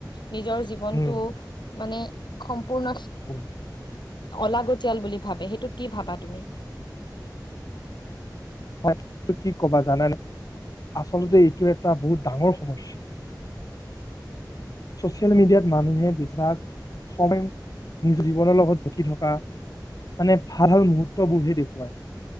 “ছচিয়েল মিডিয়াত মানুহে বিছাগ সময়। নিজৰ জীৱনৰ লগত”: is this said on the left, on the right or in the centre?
Left